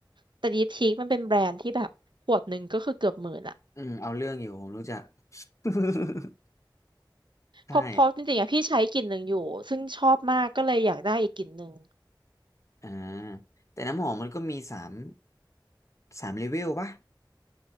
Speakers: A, on the right; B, on the left.
A: แต่ดิปทีกมันเป็นแบรนด์ที่แบบขวดหนึ่งก็คือเกือบหมื่นอ่ะ
B: อืมเอาเรื่องอยู่ผมรู้จัก <laughs> ใช่
A: เพราะเพราะจริงๆอะพี่ใช้กลิ่นหนึ่งอยู่ซึ่งชอบมากก็เลยอยากได้อีกกลิ่นหนึ่ง
B: อ่าแต่น้ำหอมมันก็มีสามสามเลเวลปะ